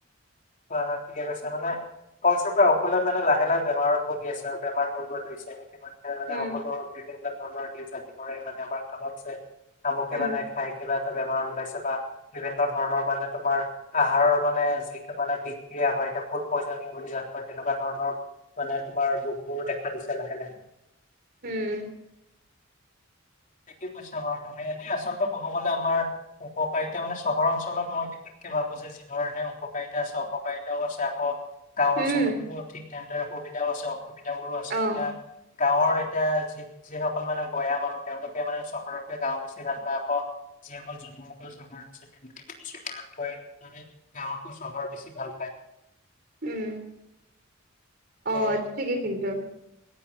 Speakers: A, on the left; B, on the right.
A: হয় হয় ঠিকে কৈছা মানে ফলস্বৰূপে সকলোৱে মানে লাহে লাহে বেমাৰত ভুগি আছে বেমাৰত পৰিব ধৰিছে এনেকৈ মানে
B: উম
A: সকলো বিভিন্ন ধৰণৰ যদি কৰে মানে আমাৰ কামত যে কামকে
B: উম
A: মানে যাই কিবা এটা বেমাৰ ওলাইছে বা বিভিন্ন ধৰণৰ মানে তোমাৰ আহাৰৰ মানে যি মানে বিক্ৰিয়া হয় এতিয়া ফুড পইয়জনিং বুলি যাক কয় তেনেকুৱা ধৰণৰ মানে তোমাৰ ভোকবোৰ দেখা দিছে লাহে লাহে
B: উম
A: ঠিকেই কৈছা বাৰু তুমি এনে আচলতে ক'ব গলে আমাৰ উপকাৰিতা মানে চহৰ অঞ্চলত মই বিশেষকে ভাবো যে যি ধৰণে উপকাৰিতা আছে অপকাৰিতাও আছে আকৌ গাঁও
B: উম
A: অঞ্চলতো ঠিক তেনেদৰে সুবিধাও আছে অসুবিধাবোৰো আছে
B: অ
A: এতিয়া গাঁৱৰ এতিয়া যি যিসকল মানে গয়া মানুহ তেওঁলোকে মানে চহৰতকে গাওঁ বেছি ভাল পায় আক যিসকল জন্মৰেপৰা চহৰত আছে তেওঁলোকে চহৰত পৰে মানে গাওঁতকে চহৰ বেছি ভাল পায়
B: উম অ
A: এ
B: ঠিকেই কিন্তু